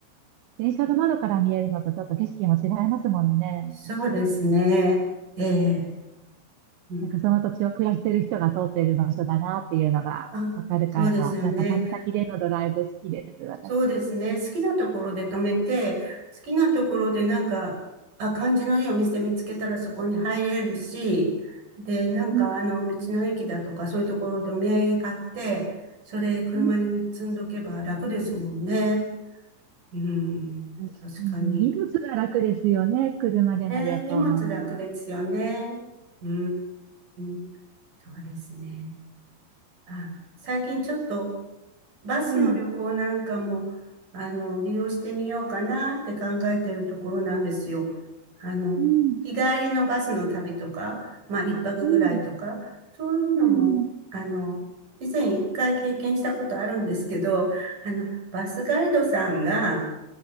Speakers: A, on the right; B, on the right.
A: 電車の窓から見えるのとちょっと景色も違いますものね。
B: そうですね。ええうん
A: なんかその土地を暮らしてる人が通ってる場所だなっていうのがわかるから、
B: あ、そうですよね。
A: なんか旅先でのドライブ好きです、私。
B: そうですね。好きなところで止めて、好きなところでなんか、あ、感じのいいお店見つけたらそこに入れるし、で、なんかあの、
A: うん
B: 道の駅だとかそういうところでお土産買って、それ車に積んどけば楽ですもんね。
A: うん
B: うん、
A: 私うん荷物が楽ですよね、
B: 確かに。
A: 車での旅行は。
B: ね、荷物楽ですよね。うーん、そうですね。あ、最近ちょっとバスの旅行なんかも、
A: ええ、
B: あの、利用してみようかなって考えてるところなんですよ。あの、
A: うん、
B: 日帰りのバスの旅とか、まあ、一泊ぐらいとか、
A: うん、
B: そういうのも、
A: うん、うん
B: あの、以前一回経験したことあるんですけど、あの、バスガイドさんが